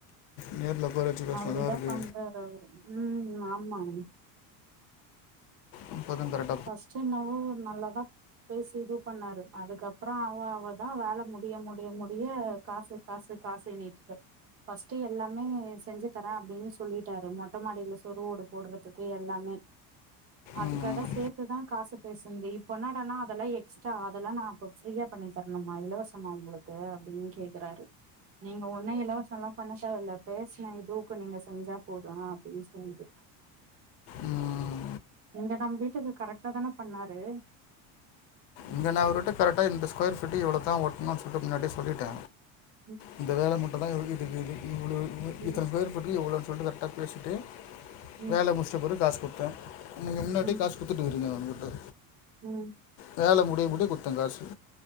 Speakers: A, on the left; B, on the right.
A: நேர்ல உக்கார வேச்சு பேசுனா
B: அப்டிதா
A: தா அவருக்கு
B: பண்றாரு ம் ஆமாம்
A: <unintelligible>
B: ஃபர்ஸ்டு என்னவோ நல்லா தா பேசி இது பண்ணாரு அதுக்கப்பறோ அவ அவதா வேல முடிய முடிய முடிய காசு காசு காசு என்னீட்ருக்க ஃபர்ஸ்ட்டு எல்லாமே செஞ்சு தர அப்படின் சொல்லிட்டாரு மொட்ட மாடியில சொரு ஓடு போடுறதுக்கு எல்லாமே அதுக்கட
A: ம்,
B: சேர்த் அதுதா காசு பேஸ்னென்து இப்போ என்னடனா அதெல்லா எக்ஸ்ட்ரா அதெல்லா நா இப்ப ஃப்ரீயா பண்ணி தரணுமா இலவசமா அவுங்ளுக்கு ப்போ அப்டின் கேக்குறாரு நீங்க ஒன்னு இலவசல்லா பண்ண தேவல்ல பேசின இதுவுக்கு நீங்க செஞ்சா போது அப்டின் சொல்லிட்டு
A: ம்.
B: இங்க நம் வீட்டுக்கு கரெக்ட்டா தான பண்ணாரு
A: இங்க நா அவுருட்ட கரெக்டா இந்த ஸ்கொயர்ஃபீட்டு இவ்ளோ தா ஒட்னோ சொல்ட்டு முன்னாடி சொல்லிட்ட
B: ம்
A: இந்த வேல மட்டும் தா இதுக் இதுக் இ
B: ம்
A: இத்தன பேரு துட்டு எவ்ளோன் சொல்ட்டு கர்ட்டா பேசிட்டு
B: ம்
A: வேல முஷ்ட்ட பிற காசு குத்த நீங்க முன்னாடி
B: ம்
A: காஸ் குத்துட்டுக்குறீங்க அங்குட்டு
B: ம்
A: வேல முடிய முடிய குத்தங்காசு